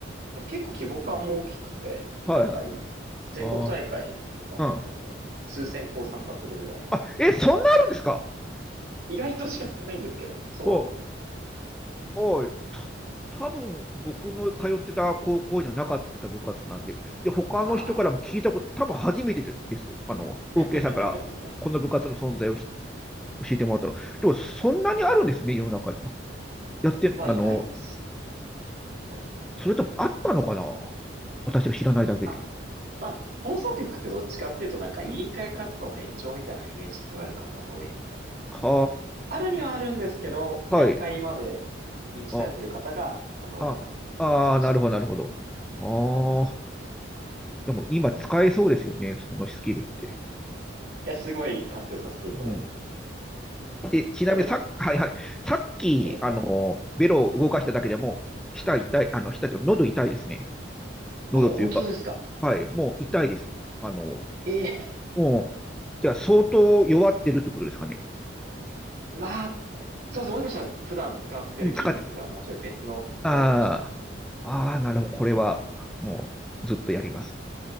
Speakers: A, on the right (about 50°); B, in the centre.
A: でも結構規模感も大きくて、
B: はいはい。
A: 大会、全国大会とかも全然、
B: あー、うん。
A: 数千校参加するぐらいの。
B: あ、え、そんなあるんですか
A: 意外と知られてないんですけども、そうなんですよね。
B: おはい、た、多分僕の通ってた高校にはなかった部活なんで、で、他の人からも聞いたこと、
A: あ
B: 多分初めてですよ。あの、OK
A: あ。<laughs>
B: さんからこの部活の存在をひ教えてもらったの。でも、そんなにあるんですね、世の中には。やって、
A: まあ意外と
B: あの、
A: そうね
B: それともあったのかな私が知らないだけで。
A: あ、まあ、放送局ってどっちかっていうとなんか委員会活動の延長みたいなイメージで捉える方が多いので。
B: は
A: あるにはあるんですけど、大会まで認知されてる方がそんな多くないみたいな感じ。
B: あ、はい。あ、あ、ああ、なるほど、
A: い
B: なるほど。ああ、でも今使えそうですよね、そのスキルって。
A: や、すごい活用させていただいてますね。
B: うんで、ちなみにさ、
A: 逆に、
B: はいはい、さっき、
A: ええ、
B: あの、ベロを動かしただけでも、舌痛い、あの、舌というか喉痛いですね。喉というか、
A: ほ、本当ですか
B: はい、もう痛いです。あの、
A: ええ、
B: もう、じゃあ相当弱ってるってことですかね。
A: まあ、そうですね。もしかしたら普段使ってる筋肉がもうちょい別のところかもしれない。
B: うん使って、ああ、ああ、なるほど、これは、もう、ずっとやります。